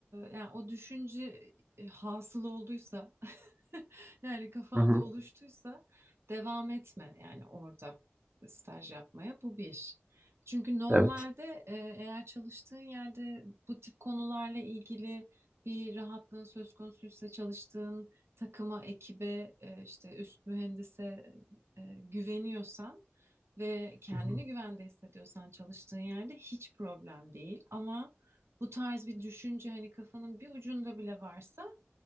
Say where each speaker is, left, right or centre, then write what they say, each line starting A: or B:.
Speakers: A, on the right; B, on the right.
A: yani o düşünce e, hasıl olduysa <laughs> Yani kafanda
B: Hı hı.
A: oluştuysa devam etme yani orada staj yapmaya bu bir. Çünkü normalde
B: Evet.
A: e, eğer çalıştığın yerde bu tip konularla ilgili bir rahatlığın söz konusuysa çalıştığın takıma, ekibe, e, işte üst mühendise e, güveniyorsan ve kendini
B: Hı hı.
A: güvende hissediyorsan çalıştığın yerde hiç problem değil. Ama bu tarz bir düşünce hani kafanın bir ucunda bile varsa